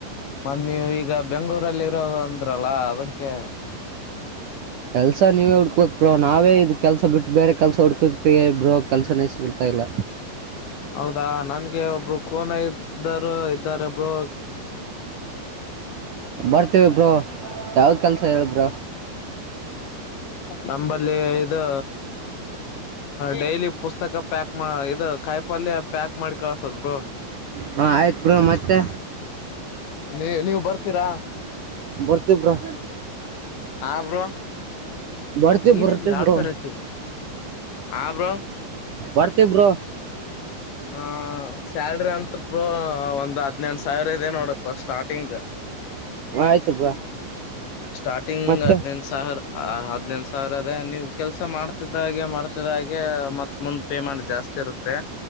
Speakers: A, on the left; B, on the right.
A: ಮ ನೀವು ಈಗ ಬೆಂಗಳೂರು ನಲ್ಲಿ ಹೌದ ಅಂದ್ರಲ್ಲ ಅದಕ್ಕೆ
B: ಕೆಲ್ಸ ನೀವೇ ಹುಡ್ಕೋಕ್ ಬ್ರೋ ನಾವೇ ಇದ ಕೆಲ್ಸ ಬಿಟ್ಟು ಬೇರೆ ಕೆಲ್ಸ ಹುಡ್ಕೋಕ್ತಿವಿ ಬ್ರೋ ಕೆಲ್ಸನೇ ಸಿಗಲ್ತಾ ಇಲ್ಲ
A: ಹೌದಾ ನನ್ಗೆ ಒಬ್ರು ಕೋನ ಇದ್ದರು ಇದ್ದಾರೆ ಒಬ್ರು
B: ಬರ್ತೇವಿ ಬ್ರೋ ಯಾವ್ದ ಕೆಲ್ಸ ಹೇಳಿ ಬ್ರೋ
A: ನಂಬಲ್ಲಿ ಇದು ಡೈಲಿ ಪುಸ್ತಕ ಪ್ಯಾಕ್ ಇದು ಕಾಯ್ ಪಲ್ಯ ಪ್ಯಾಕ್ ಮಾಡಿ ಕಳ್ಸದ್ ಬ್ರೋ
B: ಹಾಂ ಆಯ್ತು ಬ್ರೋ ಮತ್ತೆ
A: ನೀ ನೀವು ಬರ್ತೀರಾ
B: ಬರ್ತೀವಿ ಬ್ರೋ
A: ಆ ಬ್ರೋ
B: ಬರ್ತೀವಿ
A: ನೀನ್ಮ
B: ಬರ್ತೀವಿ
A: ಎಡ್
B: ಬ್ರೋ
A: ಸರ ಹತ ಹ ಬ್ರೋ
B: ಬರ್ತೀ ಬ್ರೋ
A: ಹ ಸ್ಯಾಲ್ರಿ ಅಂತ್ರುಕು ಒಂದ್ ಹದ್ನೆೆಂಟ ಸಾವಿರ ಇದೆ ನೋಡಪ್ಪ ಸ್ಟಾರ್ಟಿಂಗ್
B: ಆಯ್ತು ಬ್ರೋ
A: ಸ್ಟಾರ್ಟಿಂಗ್
B: ಮತ್ತೆ
A: ಹದ್ನೆೆಂಟ ಸಾವಿರ ಆ ಹದನೆಂಟು ಸಾವಿರ ಅದೇ ನೀವು ಕೆಲ್ಸ ಮಾಡ್ತಿದ್ದ ಹಾಗೆ ಮಾಡ್ಸಿದ ಹಾಗೆ ಮತ್ತ್ ಮುಂದ್ ಪೇಮೆಂಟ್ ಜಾಸ್ತಿ ಇರುತ್ತೆ